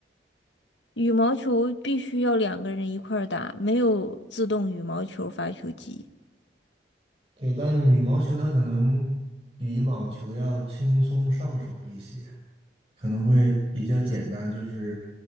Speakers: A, on the left; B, on the right.
A: 羽毛球必须要两个人一块儿打，没有自动羽毛球发球机。
B: 对，但羽毛球它可能比网球要轻松上手一些。可能会比较简单，就是